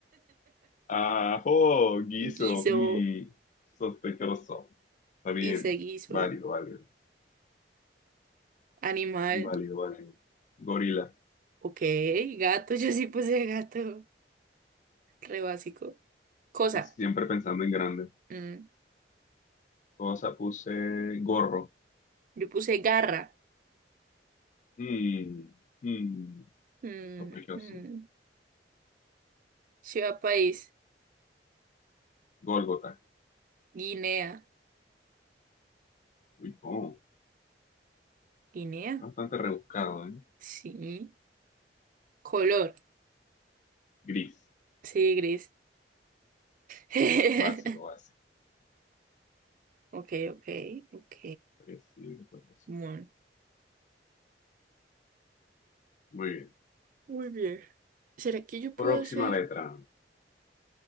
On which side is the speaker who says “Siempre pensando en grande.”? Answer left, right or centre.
Left